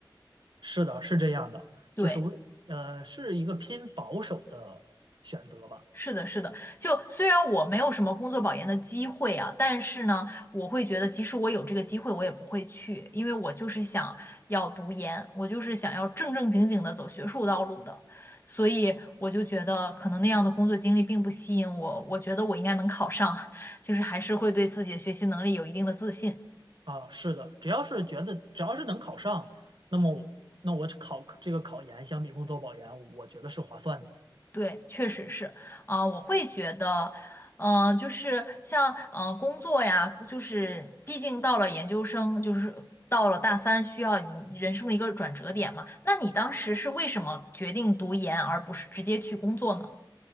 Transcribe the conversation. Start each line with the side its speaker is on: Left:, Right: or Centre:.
Right: 是的，是这样的，
Left: 对，
Right: 就是为呃是一个偏保守的选择吧。
Left: 是的，是的。就虽然我没有什么工作保研的机会啊，但是呢，我会觉得即使我有这个机会，我也不会去，因为我就是想要读研，我就是想要正正经经的走学术道路的。所以我就觉得，可能那样的工作经历并不吸引我。我觉得我应该能考上，<laughs> 就是还是会对自己的学习能力有一定的自信。
Right: 啊，是的，只要是觉得只要是能考上，那么我那我考这个考研相比工作保研，我觉得是划算的。
Left: 对，确实是啊、我会觉得，呃，就是像呃工作呀，就是毕竟到了研究生，就是到了大三，需要你人生的一个转折点嘛。那你当时是为什么决定读研，而不是直接去工作呢？